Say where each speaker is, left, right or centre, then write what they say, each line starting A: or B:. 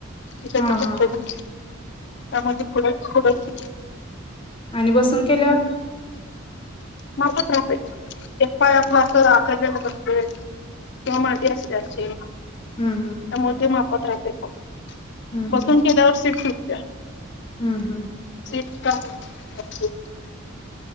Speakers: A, on the left; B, on the left.
A: त्यामुळं
B: हा हा
A: ते कडक कडक
B: आणि बसून केल्यावर
A: माझा दुसरा पाय, एक पाय आपलं असं आखडलेलं असतोय किंवा मांडी असतेय अशी त्यामुळे
B: हम्म हम्म
A: ते माफ <unintelligible>
B: हम्म
A: बसून
B: हम्म
A: केल्यावर शिकतो.
B: हम्म हम्म
A: <unintelligible>